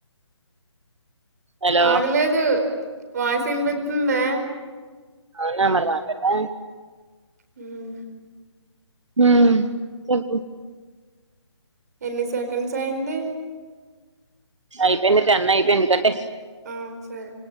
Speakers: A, on the right; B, on the right.
A: హలో
B: ఆగలేదు వాయిసు వినిపిస్తుందే
A: అవునా మరి మా కెళ్ళా
B: అమ్
A: ఉమ్ చెప్పు
B: ఎన్ని సెకండ్స్ అయింది
A: అయిపోయింది టేన్ అయిపోయింది కటేయి
B: ఆమ్ సరే